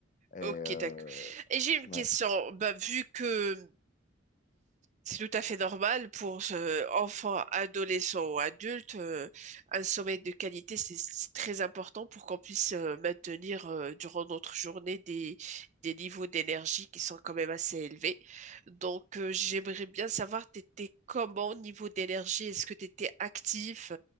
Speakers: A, on the left; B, on the right.
A: Et euh,
B: ok, d'accord. Et j'ai une
A: ouais.
B: question. Bah, vu que C'est tout à fait normal pour euh, enfants, adolescents ou adultes. euh, un sommeil de qualité, c'est c'est très important pour qu'on puisse euh, maintenir euh, durant notre journée des, des niveaux d'énergie qui sont quand même assez élevés. Donc, euh, j'aimerais bien savoir, t'étais comment au niveau d'énergie? Est-ce que tu étais actif